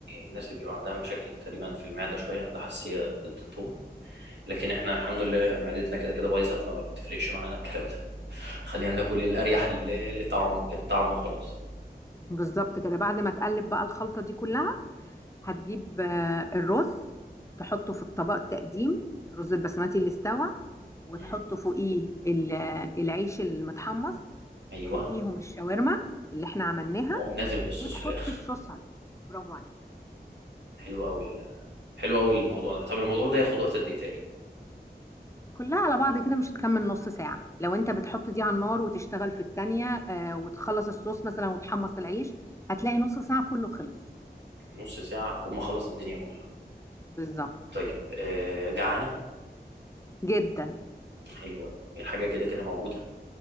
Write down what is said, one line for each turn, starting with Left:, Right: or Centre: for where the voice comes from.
Right: الناس اللي بيبقى عندها مشاكل تقريبا في المعده شويه عندها حساسيه ضد التوم لكن احنا الحمد لله معدتنا كده كده بايظه فما بتفرقش معانا الكلام ده <laughs> خلينا ناكل الاريح ل- لطعم للطعم وخلاص
Left: بالظبط كده بعد ما تقلب بقى الخلطة دي كلها هتجيب آه، الرز تحطه في الطبق التقديم الرز البسمتي اللي استوى وتحط
Right: مم.
Left: فوقيه ال- العيش المتحمص
Right: ايوه
Left: وفوقيهم الشاورما اللي احنا عملناها
Right: واقوم نازل بالصوص
Left: وتحط
Right: في الاخر
Left: الصوص عليه برافو عليك
Right: حلو قوي ال- حلو قوي الموضوع ده طب الموضوع ده ياخد وقت قد ايه تقريبا
Left: كلها على بعض كده مش هتكمل نص ساعة لو انت بتحط دي على النار وتشتغل في التانية آه، وتخلص الصوص مثلا وتحمص العيش هتلاقي نص ساعة كله خلص
Right: نص ساعه اكون مخلص الدنيا كلها
Left: بالظبط
Right: طيب آه جعانه
Left: جدا
Right: حلو قوي الحاجه كده كده موجوده